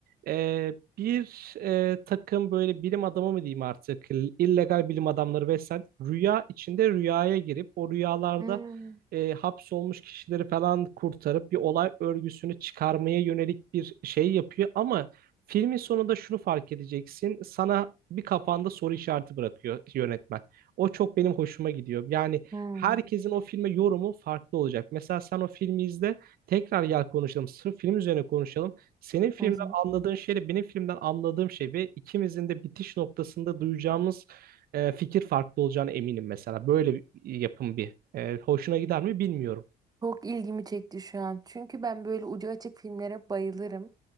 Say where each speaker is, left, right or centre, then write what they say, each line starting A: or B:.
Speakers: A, on the right; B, on the right.
A: e, bir e, takım böyle bilim adamı mı diyeyim artık illegal bilim adamları vesaire rüya içinde rüyaya girip o rüyalarda
B: Hmm,
A: e, hapsolmuş kişileri falan kurtarıp bir olay örgüsünü çıkarmaya yönelik bir şey yapıyor. Ama filmin sonunda şunu fark edeceksin. Sana bir kafanda soru işareti bırakıyor yönetmen. O çok benim hoşuma gidiyor. Yani
B: hmm,
A: herkesin o filme yorumu farklı olacak. Mesela sen o filmi izle, tekrar gel konuşalım. Sırf film üzerine konuşalım. Senin filmden
B: hı hı.
A: anladığın şeyle benim filmden anladığım şey ve ikimizin de bitiş noktasında duyacağımız e, fikir farklı olacağına eminim mesela. Böyle bir yapım bir e, hoşuna gider mi bilmiyorum.
B: Çok ilgimi çekti şu an. Çünkü ben böyle ucu açık filmlere bayılırım.